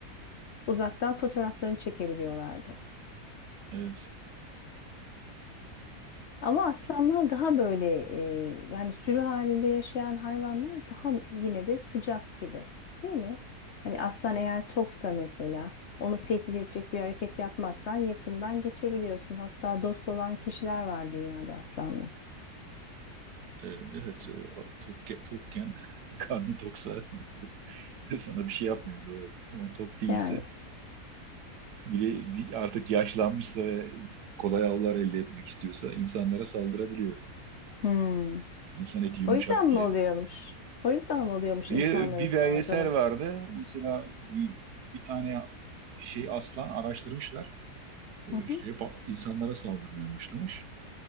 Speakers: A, on the left; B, on the right.
A: Uzaktan fotoğraflarını çekebiliyorlardı.
B: Evet.
A: Ama aslanlar daha böyle e, yani sürü halinde yaşayan hayvanlar daha yine de sıcak gibi, değil mi? Hani aslan eğer toksa mesela onu tehdit edecek bir hareket yapmazsan yakından geçebiliyorsun. Hatta dost olan kişiler var dünyada aslanla.
B: Ee, Evet. e, Tok, tokken <laughs> karnı toksa <laughs> sana bir şey yapmıyor doğru. Ama tok değilse
A: Yani
B: bile di- artık yaşlanmışsa ve kolay avlar elde etmek istiyorsa insanlara saldırabiliyor.
A: hmm.
B: İnsan eti yumuşak
A: O yüzden
B: diye.
A: mi oluyormuş? O yüzden mi oluyormuş
B: Bir,
A: insanlara
B: bir
A: saldırı?
B: belgesel vardı. Mesela bir, bir tane şey aslan araştırmışlar. Ee,
A: Hı hı.
B: İşte hep insanlara saldırmaya başlamış.